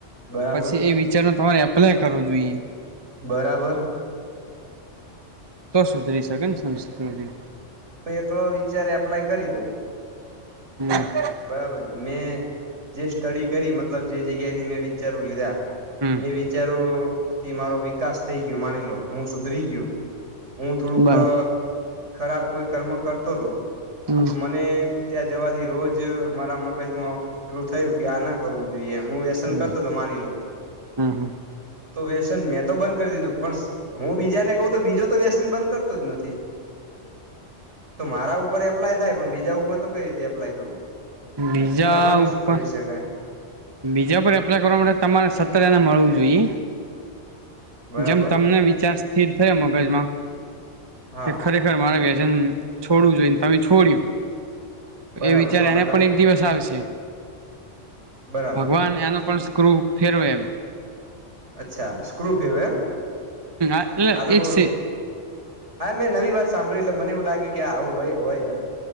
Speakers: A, on the right; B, on the right.
A: બરાબર
B: પછી એ વિચાર ન તમારે એપ્લાય કરવો જોઈએ
A: બરાબર
B: તો સુધરી શકે ને સંસ્કૃતિ
A: હું એકલો વિચારે એપ્લાય કરી દઉં
B: હમ
A: બરાબર મેં જે સ્ટડી કરી મતલબ જે જગ્યાથી મે વિચારો લીધા
B: હમ
A: એ વિચારો થી મારો વિકાસ થઈ ગયો માની લો હું સુધરી ગ્યો હું થોડુંક
B: બરા
A: ખરાબ કોઈ કર્મ કરતો હતો
B: હમ
A: તો મને ત્યાં જવાથી રોજ મારા મગજમાં પેલુ થયુ કે આ ના કરવું જોઈએ હું વ્યસન
B: હમ
A: કરતો હતો માની લો
B: હમ હમ
A: તો વ્યસન મેં તો બંધ કરી દીધું પણ હું બીજાને કહું તો બીજો તો વ્યસન બંધ કરતો જ નથી
B: <inaudible>
A: તો મારા ઉપર એપ્લાય થાય પણ બીજા ઉપર તો કઈ રીતે એપ્લાય કરવું
B: બીજા
A: એના માટે
B: ઉપર
A: શું કરી શકાય
B: બીજા પર એપ્લાય કરવા માટે તમારે સતત એને મળવુ જોઈ
A: બરાબર
B: જેમ તમને વિચાર સ્થિર થયો મગજમાં
A: હા
B: કે ખરેખર મારે વ્યસ ન છોડવુ જોઈને તમે છોડ્યું
A: બરાબર
B: એ વિચાર
A: સો
B: એને
A: ટકા
B: પણ એક દિવસ આવશે
A: બરાબર
B: ભગવાન એનો પણ સ ક્રુ ફેરવે એમ
A: અચ્છા સ્ક્રુ ફિરવે એમ
B: એટલે
A: હા તો
B: એજ
A: બ હા મેં નવી વાત સાંભળ એટલે મને એવુ લાગે કે આવુ હોય હોય એમ